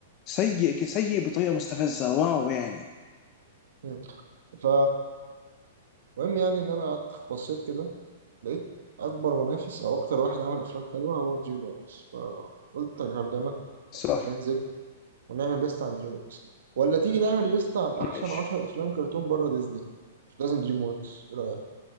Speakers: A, on the left; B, on the right.
A: سيء ج- سيء بطريقة مستفزة واو يعني
B: مم. ف المهم يعني ان انا قعدت بصيت كده لقيت اكبر منافس او اكتر واحد عامل افلام حلوه هو دريم وركس فقلت اكلمك
A: صح
B: ننزل ونعمل ليست عن دريم وركس ولا تيجي نعمل ليست عن احسن
A: ماشي
B: 10 افلام كرتون بره ديزني مش لازم دريم وركس ايه رايك